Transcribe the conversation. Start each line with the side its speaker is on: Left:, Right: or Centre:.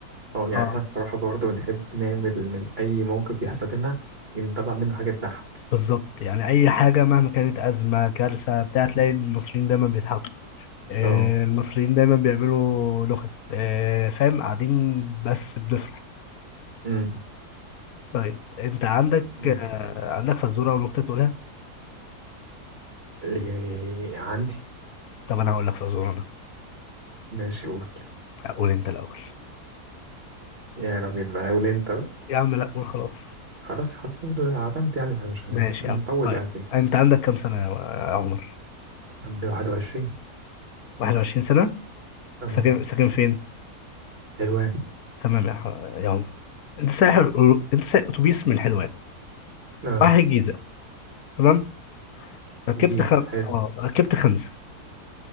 Right: اه يعني
Left: اه
Right: احنا الصراحة برضه بنحب نعمل من أي موقف بيحصل لنا يعني نطلع منه حاجة تضحك
Left: بالظبط يعني اي حاجه مهما كانت ازمه كارثه بتاع تلاقي المصريين دايما بيضحكوا آه
Right: اه
Left: المصريين دايما بيعملوا نكت آه فاهم قاعدين بس بنفرح
Right: امم
Left: طيب انت عندك
Right: ماشي.
Left: آه عندك فزوره او نكته تقولها
Right: إيه، عندي
Left: طب انا هقول لك فزوره انا
Right: ماشي قول
Left: اقول انت الاول
Right: يا راجل بقى قول انت بقى
Left: يا عم لا قول خلاص
Right: خلاص خلاص أنا اللي عزمت يعني فمش هن-
Left: ماشي
Right: مش هنطول
Left: يا عم طيب
Right: يعني فيه
Left: انت عندك كام سنة يا يا عمر
Right: عند 21
Left: 21 سنة
Right: اه
Left: ساكن ساكن فين
Right: حلوان
Left: تمام يا ح- يا عمر انت سايح انت سايح اتوبيس من الحلوان
Right: اه
Left: رايح الجيزة تمام ركبت
Right: جيزة
Left: خم...
Right: حلو
Left: اه ركبت خمسة